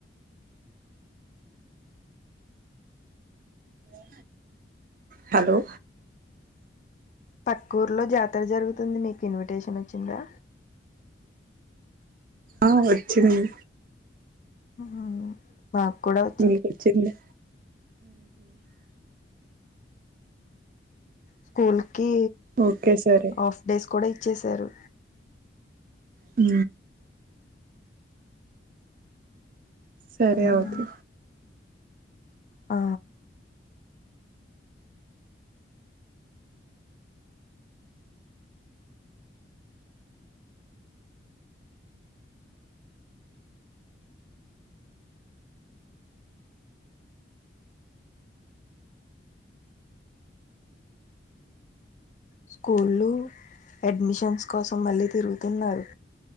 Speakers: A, on the right; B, on the left.
A: ఏ హలో
B: పక్కూర్లో జాతర జరుగుతుంది మీకు ఇన్విటేషన్ వచ్చిందా
A: ఆ వచ్చినది
B: మ్ మాకు కూడా
A: ఇ వచ్చింది
B: స్కూల్ కి
A: ఓకే సరే
B: హాఫ్ డేస్ కూడా ఇచేసారు
A: ఉ సరే
B: మ్
A: అవుతు
B: ఆ స్కూళు అడ్మిషన్స్ కోసం మళ్ళీ తిరుగుతున్నారు